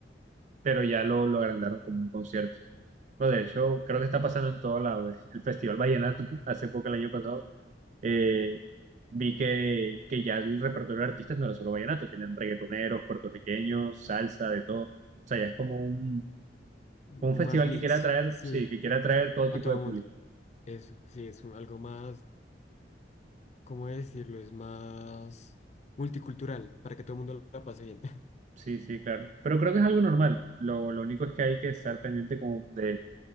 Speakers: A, on the right; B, on the left.
A: pero ya lo, lo agrandaron como un concierto. No, de hecho, creo que está pasando en todo lado. El Festival Vallenato, <laughs> hace poco, el año pasado, eh, vi que, que ya el repertorio de artistas no era solo vallenato, tienen reggaetoneros, puertorriqueños, salsa, de todo. O sea, ya es como un, un
B: O
A: festival
B: más mix,
A: que quiere atraer,
B: sí.
A: sí, que quiere atraer todo
B: A
A: tipo
B: todo
A: de público.
B: mundo. Eso, sí, es un- algo más, ¿cómo decirlo? Es más multicultural, para que todo el mundo la pase bien. <laughs>
A: Sí, sí, claro. Pero creo que es algo normal. Lo, lo único es que hay que estar pendiente como de